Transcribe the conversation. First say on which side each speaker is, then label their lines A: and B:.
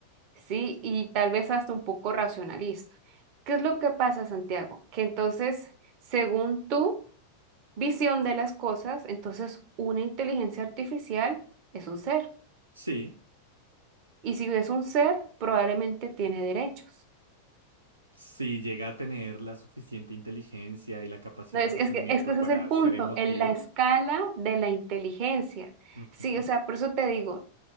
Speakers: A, on the right; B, on the right.
A: Sí, y tal vez hasta un poco racionalista. ¿Qué es lo que pasa, Santiago? Que entonces, según tu visión de las cosas, entonces una inteligencia artificial es un ser.
B: Sí,
A: Y si es un ser, probablemente tiene derechos.
B: si llega a tener la suficiente inteligencia y la capacidad
A: No, es,
B: de razonamiento
A: es que, es que ese
B: para
A: es el punto,
B: ser emotivo.
A: en la escala de la inteligencia.
B: Ujú.
A: Sí, o sea, por eso te digo,